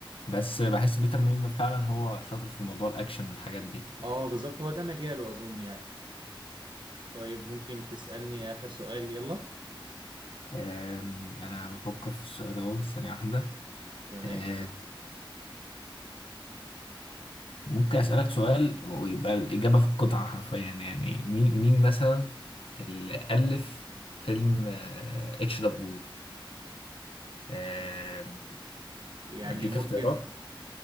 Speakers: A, on the left; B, on the right.
A: بس بحس بيتر ميمي فعلا هو شاطر في موضوع الاكشن والحاجات دي
B: اه بالظبط هو ده مجاله اظن يعني طيب ممكن تسألني اخر سؤال يلا
A: آم، انا بفكر في السؤال اهو ثانيه واحده
B: تمام
A: آه ممكن أسألك سؤال ويبقى الإجابة في القطعة حرفيا يعني مين مين مثلا اللي ألف فيلم آه، اتش دبور آه،
B: يعني
A: أديك
B: ممكن
A: اختيارات